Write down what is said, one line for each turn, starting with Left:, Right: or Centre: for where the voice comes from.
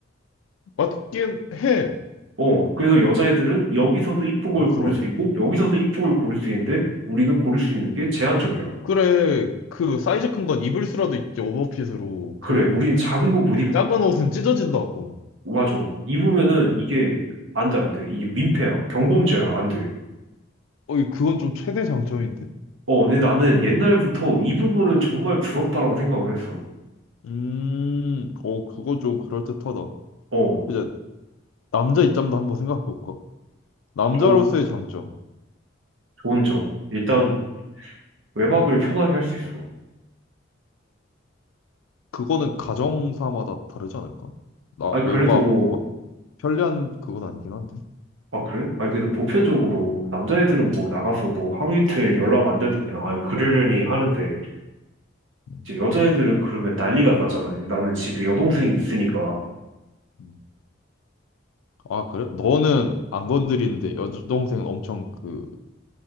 Left: 맞긴 해.
Right: 어, 그래서 여자애들은 여기서도 이쁜
Left: 어,
Right: 걸 고를
Left: 그러네.
Right: 수 있고 여기서도 이쁜 걸 고를 수 있는데 우리는 고를 수 있는 게 제한적이야.
Left: 그래, 그 사이즈 큰 건 입을 수라도 있지, 오버핏으로.
Right: 그래,
Left: 그
Right: 우리는 작은 건 못 입어.
Left: 작은 옷은 찢어진다고.
Right: 맞아. 입으면은 이게 안 돼, 안 돼. 이게 민폐야. 경범죄야. 안 돼.
Left: 어, 이- 그건 좀 최대 장점인데?
Right: 어, 근데 나는 옛날부터 이 부분은 정말 부럽다라고 생각을 했어.
Left: 음, 어, 그건 좀 그럴듯하다.
Right: 어,
Left: 이제 남자 입장도 한번 생각해볼까? 남자로서의
Right: 좋은,
Left: 장점.
Right: 좋은 점. 일단, 외박을 편하게 할 수 있어.
Left: 그거는 가정사마다 다르지 않을까? 나
Right: 아,
Left: 외박
Right: 그래도,
Left: 막 편리한 그건 아니긴 한데.
Right: 아, 그래? 아, 그래도 보편적으로 남자애들은 뭐 나가서
Left: 음,
Right: 뭐 하루 이틀 연락 안 돼도 그냥, 아, 그러려니 하는데,
Left: 음,
Right: 이제 여자애들은 그러면 난리가 나잖아. 나는 집에 여동생이 있으니까.
Left: 음. 아, 그래? 너는 안 건드리는데 여동생은 엄청 그